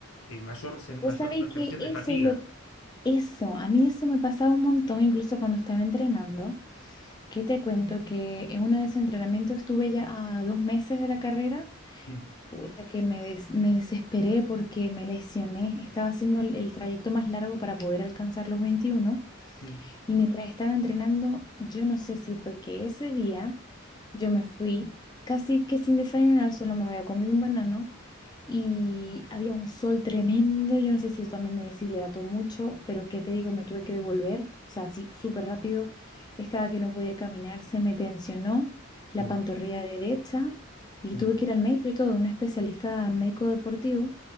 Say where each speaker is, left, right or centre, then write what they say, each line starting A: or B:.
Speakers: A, on the left (about 80°); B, on the left (about 20°).
A: eh, mayor, sen-
B: Vos
A: mayor
B: sabéis
A: percepción
B: que
A: de fatiga.
B: eso es lo, eso, a mí eso me pasaba un montón, incluso cuando estaba entrenando. ¿Qué te cuento? Que en uno de esos entrenamientos estuve ya a dos meses de la carrera,
A: Mm,
B: pucha, que me, des- me desesperé porque me lesioné. Estaba haciendo el, el trayecto más largo para poder alcanzar los 21.
A: mm.
B: Y mientras estaba entrenando, yo no sé si fue que ese día yo me fui casi que sin desayunar, solo me había comido un banano y había un sol tremendo. Yo no sé si eso también me deshidrató mucho, pero qué te digo, me tuve que devolver, o sea, así súper rápido. Estaba que no podía caminar, se me tensionó la
A: Uh.
B: pantorrilla derecha y
A: Mm.
B: tuve que ir al médico y todo, un especialista médico deportivo.